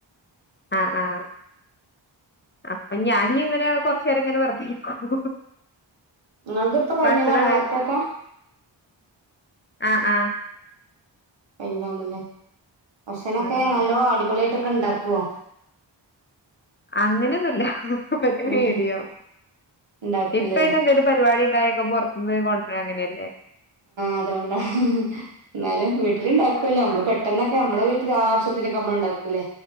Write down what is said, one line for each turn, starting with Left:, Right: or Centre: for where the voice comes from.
Left: ആഹ് ആഹ് അപ്പൊ ഞാൻ ഇങ്ങനെ കൊറച്ചേരം ഇങ്ങനെ വെർതെ ഇരിക്കും
Right: ഇങ്ങളത് ഇപ്പൊ കഴിഞ്ഞതാണോ
Left: ഭക്ഷണം കഴിച്ച്
Right: വർക്കൊക്കെ
Left: ആഹ് ആഹ്
Right: കഴിഞ്ഞതാണല്ലേ ഭക്ഷണൊക്കെ
Left: ഉം ഉം
Right: നല്ലോ അടിപൊളിയായിട്ടൊക്കെ ഇണ്ടാക്കോ?
Left: അങ്ങനെ ഒന്നുല്ല ഒരു മീഡിയം.
Right: ഉം ഉണ്ടാക്കില്ലല്ലേ
Left: ഇപ്പയ്ന് എന്തേലും പരിപാടി ഇണ്ടായാ ഒക്കെ പൊർത്തുന്ന് കൊണ്ടര അങ്ങനേല്ലേ.
Right: അതോണ്ടാ ന്നാലും വീട്ടില് ഇണ്ടാക്കോല്ലോ നമ്മള് പെ ട്ടെന്നൊക്കെ നമ്മളെ വീട്ടില് ആശ്യത്തിനൊക്കെ നമ്മള് ഇണ്ടാക്കൂലേ.